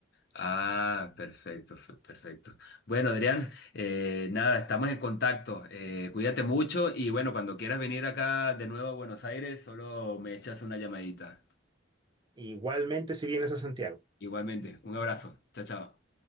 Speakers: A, on the left (about 55°); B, on the right (about 25°).
A: Ah, perfecto, fe- perfecto. Bueno, Adrián, eh, nada, estamos en contacto. Eh, cuídate mucho y bueno, cuando quieras venir acá de nuevo a Buenos Aires, solo me echas una llamadita.
B: Igualmente, si vienes a Santiago.
A: Igualmente, un abrazo. Chao, chao.